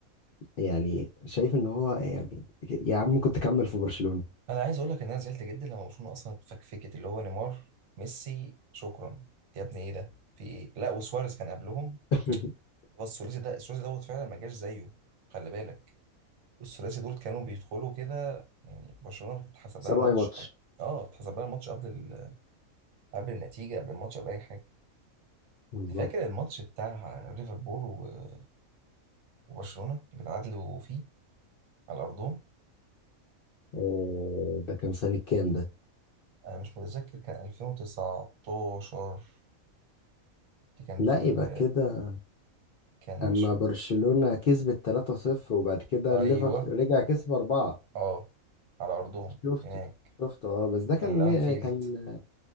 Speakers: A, on the left (about 60°); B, on the right (about 70°).
A: يعني شايف ان هو يعني يا عم كنت كمل في برشلونة
B: انا عايز اقول لك ان انا زعلت جدا لما برشلونه اصلا اتفكفكت اللي هو نيمار ميسي شكرا يا ابني ايه ده في ايه لا وسواريز كان قبلهم
A: <laughs>
B: هو الثلاثي ده الثلاثي دوت فعلا ما جاش زيه خلي بالك الثلاثي دول كانوا بيدخلوا كده يعني برشلونه اتحسب
A: سبعة
B: لها الماتش
A: اي ماتش
B: قبل اه اتحسب لها الماتش قبل ال... قبل النتيجه قبل الماتش قبل اي حاجه
A: بالظبط
B: انت فاكر الماتش بتاع ليفربول و- وبرشلونه اللي اتعادلوا فيه على ارضهم
A: آه، ده كان سنة كام ده
B: انا مش متذكر كان 2019 اللي كان
A: لا
B: في ال...
A: يبقى كده
B: كان
A: اما
B: مش
A: برشلونة كسبت 3-0 وبعد كده
B: ايوه
A: الليفر رجع كسب 4
B: اه على ارضهم
A: شفت
B: هناك
A: شفت اه بس ده
B: في
A: كان
B: الانفيلد
A: مي- كان